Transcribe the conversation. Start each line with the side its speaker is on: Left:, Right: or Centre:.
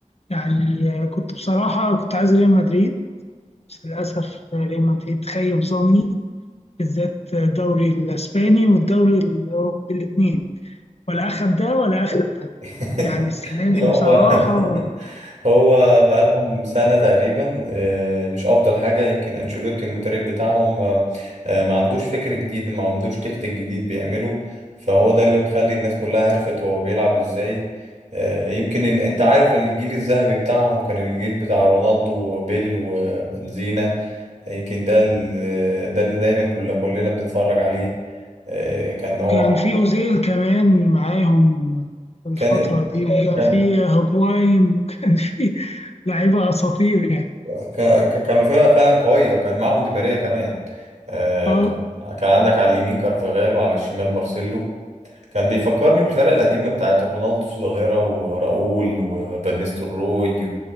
Left: يعني آه، كنت بصراحة كنت عايز ريال مدريد بس للأسف ريال مدريد خيب ظني بالذات الدوري الاسباني والدوري الاوروبي الاثنين ولا اخد ده ولا اخد ده
Right: <laughs>
Left: يعني السنه دي
Right: هو
Left: بصراحه
Right: <laughs> هو بقالهم سنة تقريبا آه، مش أفضل حاجة يمكن أنشيلوتي المدرب بتاعهم آه، آه، ما عندوش فكر جديد ما عندوش تكتيك جديد بيعمله فهو ده اللي مخلي الناس كلها عرفت هو بيلعب إزاي آه، يمكن ال... أنت عارف الجيل الذهبي بتاعهم كان الجيل بتاع رونالدو وبيل وبنزينا يمكن ده ال... ده اللي دايما كل... كلنا بنتفرج عليه آه، كان هو
Left: كان في اوزيل كمان معاهم في الفتره
Right: كان
Left: دي وكان
Right: كان
Left: في هوجواين وكان في لعيبه اساطير يعني
Right: ك... ك- كانوا فرقة فعلا قوية وكان معاهم دي ماريا كمان آه
Left: اه
Right: كان كان عندك على اليمين كارفاغال وعلى الشمال مارسيلو كان بيفكرني بالفرقة القديمة بتاعت رونالدو الظاهرة وراؤول وفانيستو روي